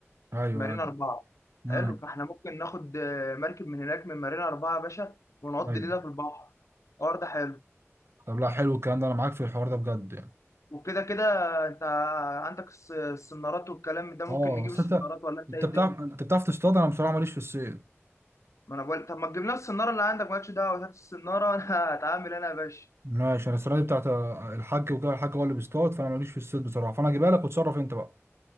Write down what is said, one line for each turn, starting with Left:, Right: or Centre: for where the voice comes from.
Right: ايوه
Left: في مارينا
Right: ايوه
Left: اربعه
Right: امم
Left: حلو فاحنا ممكن ناخد آه، مركب من هناك من مارينا اربعه يا باشا ونقضي
Right: ايوه
Left: ليله في البحر الحوار ده حلو
Right: طب لا حلو الكلام ده انا معاك في الحوار ده بجد يعني
Left: وكده كده انت عندك الس- السنارات والكلام ده ممكن
Right: اه
Left: نجيب
Right: بس
Left: السنارات
Right: انت
Left: ولا انت
Right: انت
Left: ايه الدنيا
Right: بتعرف انت بتعرف تصطاد انا بصراحه ماليش في الصيد
Left: ما انا بقول طب ما تجيب لنا السناره اللي عندك مالكش دعوه هات السناره <laughs> انا هتعامل انا يا باشا
Right: ماشي انا السنه دي بتاعت الحاج وكده الحاج هو اللي بيصطاد فانا ماليش في الصيد بصراحه فانا هجيبها لك وتصرف انت بقى